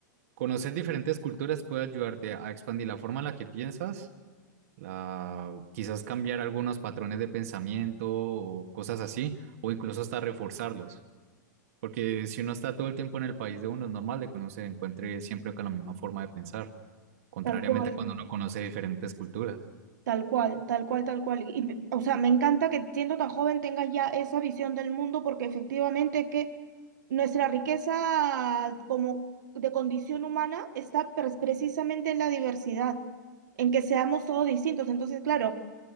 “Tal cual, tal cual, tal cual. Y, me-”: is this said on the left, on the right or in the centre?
Right